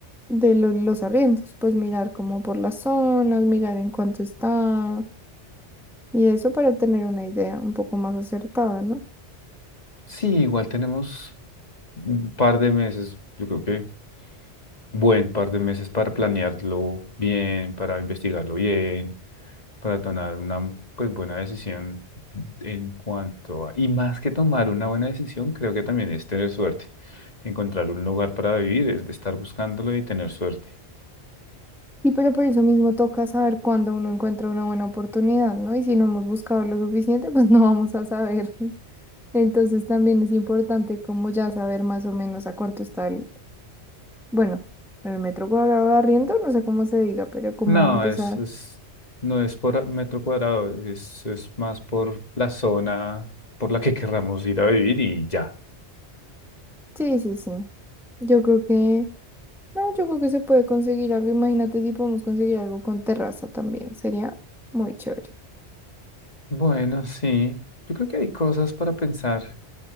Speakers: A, in the centre; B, on the left.
A: De lo- los arriendos, pues mirar como por las zonas, mirar en cuánto está y eso para tener una idea un poco más acertada, ¿no?
B: Sí, igual tenemos un par de meses, yo creo que buen par de meses para planearlo bien, para investigarlo bien, para tomar una pues buena decisión en cuanto a... Y más que tomar una buena decisión, creo que también es tener suerte. Encontrar un lugar para vivir es de estar buscándolo y tener suerte.
A: Sí, pero por eso mismo toca saber cuándo uno encuentra una buena oportunidad, ¿no? Y si no hemos buscado lo suficiente, <laughs> pues no vamos a saber. <laughs> Entonces también es importante como ya saber más o menos a cuánto está el, bueno, el metro cuadrado de arriendo, no sé cómo se diga, pero cómo
B: No,
A: empezar.
B: eso es, no es por metro cuadrado, eso es más por la zona por la que querramos ir a vivir y ya.
A: Sí, sí, sí. Yo creo que, no, yo creo que se puede conseguir algo. Imagínate si podemos conseguir algo con terraza también. Sería muy chévere.
B: Bueno, sí. Yo creo que hay cosas para pensar,